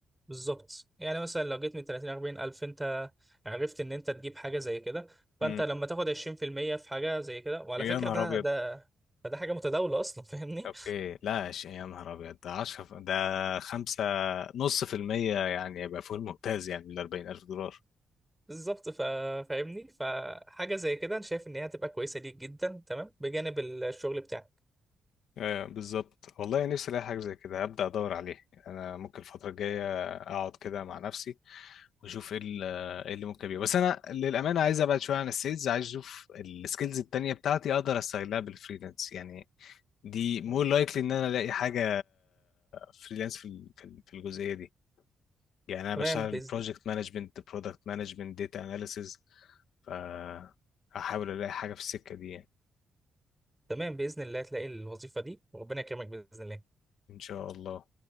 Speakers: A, in the centre; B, on the left.
A: بالظبط يعني مثلا لو جيت من 30 40 الف انت عرفت ان انت تجيب حاجه زي كده فانت
B: مم.
A: لما تاخد 20% في المية في حاجه زي كده وعلى
B: يا
A: فكره
B: نهار
A: ده
B: ابيض
A: ده ده حاجه متداوله اصلا فاهمني
B: اوكي لا ش- يا نهار ابيض ده 10 ف- ده 5 نص في المية يعني يبقى فوق الممتاز يعني من 40 الف دولار
A: <laughs> بالظبط فا- فاهمني فحاجه زي كده انا شايف ان هي هتبقى كويسه ليك جدا تمام بجانب الشغل بتاعك
B: آه بالظبط والله نفسي الاقي حاجه زي كده هبدا ادور عليه انا ممكن الفتره الجايه اقعد كده مع نفسي واشوف ايه ال- إيه اللي ممكن يبقى بس انا للامانه عايز ابعد شويه عن السيلز عايز اشوف السكيلز التانية بتاعتي اقدر استغلها بالفريلانس يعني دي مور لايكلي ان انا الاقي حاجه فريلانس في ال- في ال- في الجزئيه دي يعني انا
A: تمام
B: بشتغل
A: باذن
B: بروجكت مانجمنت برودكت مانجمنت داتا اناليسز فهحاول الاقي حاجه في السكه دي يعني
A: تمام باذن الله هتلاقي الوظيفه دي وربنا يكرمك باذن الله
B: ان شاء الله